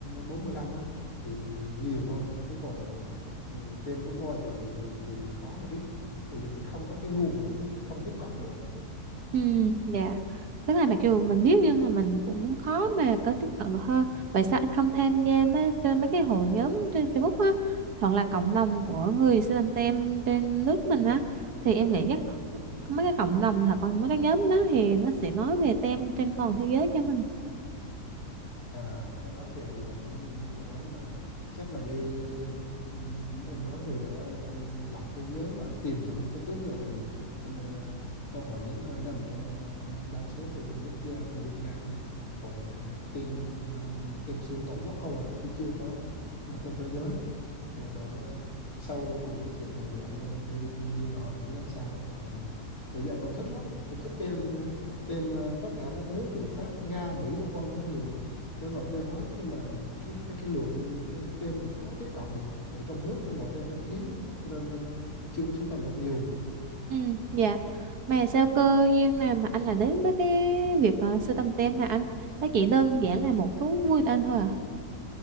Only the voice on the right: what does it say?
Ừ, dạ. Tức là mặc dù mình biết nhưng mà mình cũng khó mà có tiếp cận được hơn. Vậy sao anh không tham gia mấy, trên mấy cái hội nhóm trên Facebook á hoặc là cộng đồng của người Sri Lanka tem trên nước mình á thì em nghĩ các, các mấy cái cộng đồng hoặc là mấy cái nhóm đó thì nó sẽ nói về tem trên toàn thế giới cho mình.
Ừ, dạ. Mà sao cơ duyên nào mà anh lại đến với cái việc uh, sưu tầm tem này anh? Nó chỉ đơn giản là một thú vui của anh thôi à?